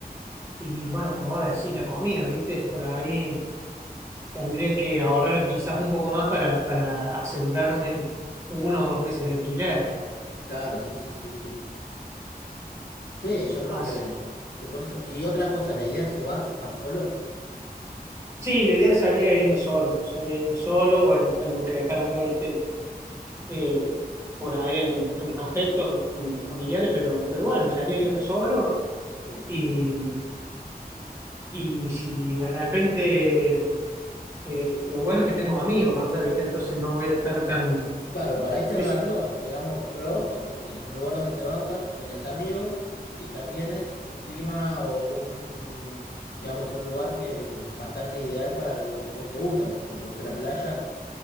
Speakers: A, on the right (about 15°); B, on the left (about 80°).
A: y bueno, como voy a decir, la comida, viste, por ahí tendría que ahorrar quizás un poco más para, para asegurarme uno o dos meses de alquiler.
B: Claro, sí, sí, sí, sí. Sí, yo creo
A: Así-
B: que, que con eso. Y otra cosa, la idea es si vas, vas solo.
A: Sí, la idea sería irme solo, sería irme solo, bueno, tengo que dejar acá, viste eh, por ahí a, mi- a mis afectos, a mis familiares, pero, pero bueno, se haría
B: Sí,
A: irme solo
B: sí.
A: y, y si de repente eh, lo bueno es que tengo amigos allá, ¿viste? Entonces no voy a estar tan...
B: Claro, para ir cerrando,
A: es-
B: digamos, pro es que tenés un lugar donde te bancan, tenés amigos y también es un clima o un, digamos, un lugar que es bastante ideal para lo que a vos te gusta, porque si te gusta la playa,